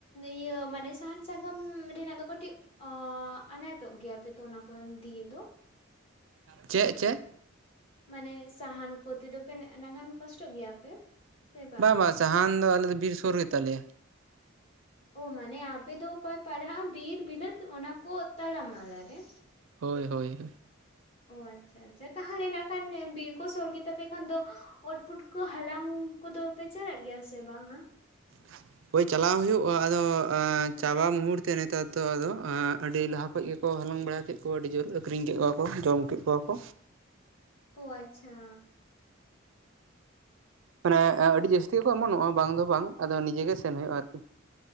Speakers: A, on the left (about 30°); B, on the right (about 70°).
A: ᱤᱭᱟᱹ ᱢᱟᱱᱮ ᱥᱟᱦᱟᱱ ᱥᱟᱠᱟᱢ ᱨᱮᱱᱟᱜ ᱫᱚ ᱠᱟᱹᱴᱤᱡ ᱚᱻ ᱟᱱᱟᱴᱚᱜ ᱜᱮᱭᱟᱯ ᱛᱚ ᱚᱱᱟ ᱠᱚ ᱫᱤᱭᱮ ᱫᱚ
B: ᱪᱮᱫ ᱪᱮᱫ
A: ᱢᱟᱱᱮ ᱥᱟᱦᱟᱱ ᱠᱚᱛᱮ ᱫᱚᱚᱯᱮ ᱚᱱᱟᱱᱟᱜᱟᱱ ᱠᱚᱥᱴᱚᱜ ᱜᱮᱭᱟ ᱯᱮ᱾ ᱥᱮ ᱵᱟᱝᱟ?
B: ᱵᱟᱝ ᱵᱟᱝ ᱥᱟᱦᱟᱱ ᱫᱚ ᱟᱞᱮ ᱫᱚ ᱵᱤᱨ ᱥᱩᱨ ᱜᱮᱛᱟᱞᱮᱭᱟ
A: ᱚ ᱢᱟᱱᱮ ᱟᱯᱮ ᱫᱚ ᱚᱠᱚᱭ ᱯᱟᱲᱦᱟᱜᱼᱟ ᱵᱤᱨ ᱵᱤᱞᱟᱹᱛ ᱚᱱᱟ ᱠᱚ ᱛᱟᱞᱟᱢᱟᱞᱟ ᱨᱮ᱾
B: ᱦᱳᱭ ᱦᱳᱭ
A: ᱚ ᱟᱪᱪᱷᱟ ᱟᱪᱪᱷᱟ ᱛᱟᱦᱚᱞᱮ ᱱᱟᱜ ᱠᱷᱟᱱ ᱵᱤᱨ ᱠᱚ ᱥᱩᱨ ᱜᱮᱛᱟᱯᱮ ᱠᱷᱟᱱ ᱫᱚ ᱚᱛ ᱯᱩᱴ ᱠᱚ ᱦᱟᱞᱟᱝ ᱠᱚᱫᱚ ᱯᱮ ᱪᱟᱞᱟᱜ ᱜᱮᱭᱟ ᱥᱮ ᱵᱟᱝᱟ?
B: <unintelligible> <unintelligible> ᱦᱳᱭ ᱪᱟᱞᱟᱣ ᱦᱩᱭᱩᱜᱼᱟ ᱟᱫᱚ ᱪᱟᱵᱟ ᱢᱩᱦᱩᱨᱛᱮ ᱱᱮᱛᱟᱨ ᱫᱚ ᱟᱫᱚ ᱟᱹᱰᱤ ᱞᱟᱦᱟ ᱠᱷᱚᱱ ᱜᱮ ᱠᱚ ᱦᱟᱞᱟᱝ ᱵᱟᱲᱟ ᱠᱮᱫ ᱠᱚᱣᱟ ᱟᱹᱰᱤ ᱡᱳᱨ ᱟᱹᱠᱷᱨᱤᱧ ᱠᱮᱫ ᱠᱚᱣᱟ ᱠᱚ ᱡᱚᱢ ᱠᱮᱫ ᱠᱚᱣᱟ ᱠᱚ
A: ᱚ ᱟᱪᱪᱷᱟ
B: ᱢᱟᱱᱮ ᱟᱹᱰᱤ ᱡᱟᱹᱥᱛᱤᱠᱚ ᱮᱢᱚᱱᱚᱜᱼᱟ ᱵᱟᱝ ᱫᱚ ᱵᱟᱝ ᱟᱫᱚ ᱱᱤᱡᱮᱜ ᱜᱮ ᱥᱮᱱ ᱦᱩᱭᱩᱜᱼᱟ ᱟᱨᱠᱤ